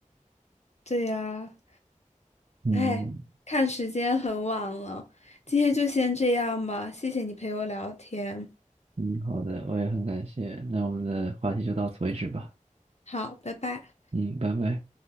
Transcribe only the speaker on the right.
嗯
嗯，好的，我也很感谢。那我们的话题就到此为止吧。
嗯，拜拜。